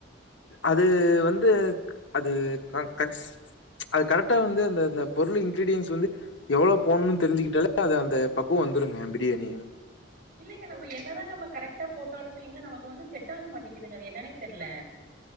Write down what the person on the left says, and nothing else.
அது வந்து அது கன்ஸ் அது கரெக்டா வந்து இந்த இந்த பொருள் இன்கிரீடியன்ஸ் வந்து எவ்ளோ போணும்னு தெரிஞ்சுகிட்டாலே அது அந்த பக்குவோ வந்துருங்க பிரியாணி